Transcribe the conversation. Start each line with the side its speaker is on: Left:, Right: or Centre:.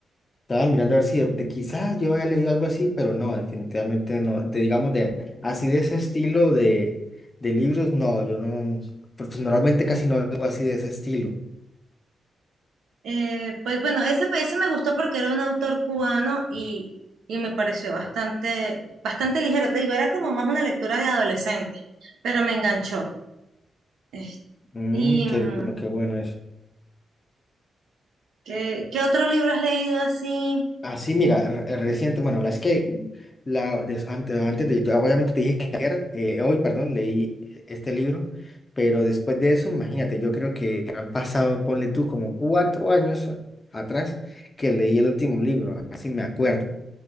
Left: estaba mirando a ver si de, de quizás yo había leído algo así, pero no, definitivamente no. De, digamos, de así de ese estilo de, de libros, no, yo no, pues, normalmente casi no leo así de ese estilo.
Right: Eh, pues bueno, ese, ese me gustó porque era un autor cubano y, y me pareció bastante, bastante ligero. Te digo, era como más una lectura de adolescente, pero me enganchó. Es-
Left: Mm,
Right: ¿Y
Left: qué
Right: mm,
Left: bueno, qué bueno eso.
Right: qué, qué otro libro has leído así?
Left: Así, mira, re- reciente, bueno, la es que la, des- ante- antes, de, yo obviamente te dije que ayer, eh, hoy, perdón, leí este libro, pero después de eso, imagínate, yo creo que han pasado, ponle tú, como cuatro años atrás que leí el último libro, así me acuerdo.